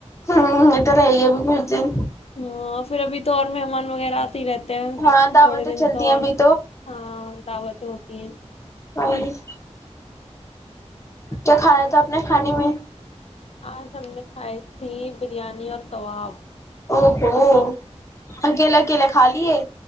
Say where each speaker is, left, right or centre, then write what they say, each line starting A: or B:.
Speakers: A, on the left (about 25°); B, on the left (about 60°).
A: ہوں ا تو ر یہے بھی بتے ہیں
B: ہاں پھر ابھی تو اور مہمان وغیرہ آتے رہتے ہیں
A: ہاں دعوتیں
B: تھوڑے دن
A: چلتی
B: تو
A: ہیں
B: اور
A: ابھی
B: ہ دعوت ہو ایک <inaudible>
A: ہ <inaudible> کیا کھایا تھا آپ نے کھانے میں
B: آج ہم نے کھائی تھی بریانی اور کباب
A: او ہوو اکیلا اکیلا خا لیے